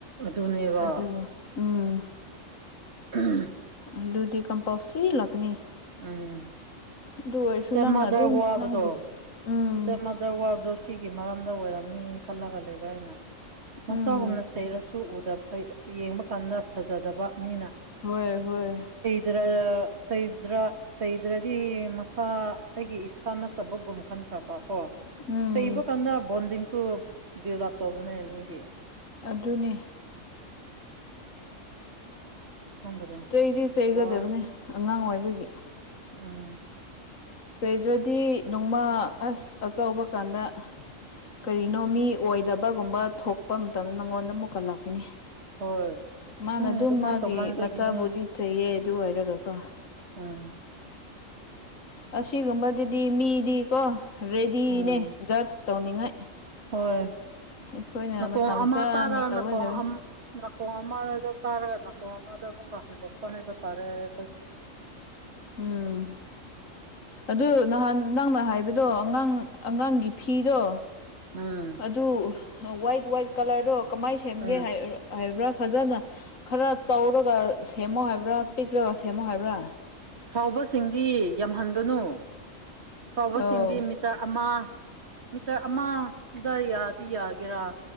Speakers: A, on the right; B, on the left.
A: ꯑꯗꯨꯅꯦꯕ
B: ꯑꯗꯨ ꯎꯝ
A: <unintelligible>
B: ꯑꯗꯨꯗꯤ ꯀꯝꯄꯜꯁꯔꯤ ꯂꯥꯛꯀꯅꯤ
A: ꯎꯝ
B: ꯑꯗꯨ ꯑꯣꯏꯔꯁꯨ
A: ꯏꯁꯇꯦꯞ
B: ꯅꯪꯅ
A: ꯃꯥꯗꯔ
B: ꯑꯗꯨꯝ
A: ꯋꯥꯕꯗꯣ
B: ꯅꯪꯒꯤ ꯎꯝ
A: ꯏꯁꯇꯦꯞ ꯃꯥꯗꯔ ꯋꯥꯕꯗꯣ ꯁꯤꯒꯤ ꯃꯔꯝꯗ ꯑꯣꯏꯔꯝꯅꯤ ꯈꯜꯂꯒ ꯂꯩꯕ ꯑꯩꯅ ꯃꯆꯥꯒꯨꯝꯅ
B: ꯎꯝ
A: ꯆꯩꯔꯁꯨ ꯎꯗꯕꯥ ꯑꯩ ꯌꯦꯡꯕ ꯀꯥꯟꯗ ꯐꯖꯗꯕ ꯃꯤꯅ
B: ꯍꯣꯏ ꯍꯣꯏ
A: ꯗ꯭ꯔ ꯆꯩꯗ꯭ꯔ ꯆꯩꯗ꯭ꯔꯗꯤ ꯃꯆꯥ ꯑꯩꯒꯤ ꯏꯁꯥ ꯅꯠꯇ ꯐꯠꯇꯕꯒꯨꯝ ꯈꯟꯈ꯭ꯔꯕ ꯀꯣ
B: ꯎꯝ
A: ꯆꯩꯕ ꯀꯥꯟꯗ ꯕꯣꯟꯗꯤꯡꯁꯨ ꯕꯨꯏꯜ ꯑꯥꯞ ꯇꯧꯕꯅꯦ ꯃꯤꯗꯤ
B: ꯑꯗꯨꯅꯤ
A: ꯈꯪꯗ꯭ꯔꯦ
B: ꯆꯩꯗꯤ ꯆꯩꯒꯗꯕꯅꯦ
A: ꯋꯥꯏ
B: ꯑꯉꯥꯡ ꯑꯣꯏꯕꯒꯤ
A: ꯎꯝ
B: ꯆꯩꯗ꯭ꯔꯗꯤ ꯅꯣꯡꯃꯥ ꯑꯁ ꯑꯆꯕ ꯀꯥꯟꯗ ꯀꯔꯤꯅꯣ ꯃꯤ ꯑꯣꯏꯗꯕꯒꯨꯝꯕ ꯊꯣꯛꯄ ꯃꯇꯝꯗ ꯅꯪꯉꯣꯟꯗ ꯃꯨꯛ ꯀꯠꯂꯛꯀꯅꯤ
A: ꯍꯣꯏ
B: ꯃꯥꯅ
A: ꯅꯣꯏꯅ
B: ꯑꯗꯨꯝ
A: ꯑꯗꯨꯃꯥꯏꯅ
B: ꯃꯥꯒꯤ
A: ꯇꯧꯃꯟꯕꯒꯤꯅꯦ
B: ꯃꯆꯥꯕꯨꯗꯤ ꯆꯩꯌꯦ ꯑꯗꯨ ꯑꯣꯏꯔꯒꯀꯣ
A: ꯑꯥ
B: ꯑꯁꯤꯒꯨꯝꯕꯗꯨꯗꯤ ꯃꯤꯗꯤꯀꯣ ꯔꯦꯗꯤꯅꯦ
A: ꯎꯝ
B: ꯗ꯭ꯔꯁ ꯇꯧꯅꯤꯡꯉꯥꯏ
A: ꯍꯣꯏ
B: ꯑꯩꯈꯣꯏꯅ
A: ꯅꯀꯣꯡ
B: ꯃꯇꯝ
A: ꯑꯃ
B: ꯆꯥꯅ
A: ꯇꯥꯔꯥ
B: ꯇꯧꯒꯗꯕꯅꯤ
A: ꯅꯀꯣꯡ ꯅꯥꯀꯣꯡ ꯑꯃꯗ ꯇꯥꯔꯒ ꯅꯥꯀꯣꯡ ꯑꯃꯗ ꯑꯃꯨꯛꯀ ꯍꯟꯗꯣꯛꯄ ꯍꯥꯏꯕ ꯇꯥꯔꯦ ꯑꯩꯈꯣꯏꯗꯤ
B: ꯎꯝ ꯑꯗꯨ ꯅꯍꯥꯟ ꯅꯪꯅ ꯍꯥꯏꯕꯗꯣ ꯑꯉꯥꯡ ꯑꯉꯥꯡꯒꯤ ꯐꯤꯗꯣ
A: ꯎꯝ
B: ꯑꯗꯨ ꯋꯥꯏꯠ ꯋꯥꯏꯠ ꯀꯂꯔꯗꯣ ꯀꯃꯥꯏꯅ ꯁꯦꯝꯒꯦ
A: ꯎꯝ
B: ꯍꯥꯏ ꯍꯥꯏꯕ꯭ꯔꯥ ꯐꯖꯅ ꯈꯔ ꯇꯧꯔꯒ ꯁꯦꯝꯃꯣ ꯍꯥꯏꯕ꯭ꯔꯥ ꯄꯤꯛꯂꯒ ꯁꯦꯝꯃꯣ ꯍꯥꯏꯕ꯭ꯔꯥ
A: ꯆꯥꯎꯕꯁꯤꯡꯗꯤ ꯌꯥꯝꯍꯟꯒꯅꯨ ꯆꯥꯎꯕꯁꯤꯡꯗꯤ
B: ꯑꯧ
A: ꯃꯤ ꯃꯤꯇꯔ ꯑꯃ ꯃꯤꯇꯔ ꯑꯃꯗ ꯌꯥꯗꯤ ꯌꯥꯒꯦꯔꯥ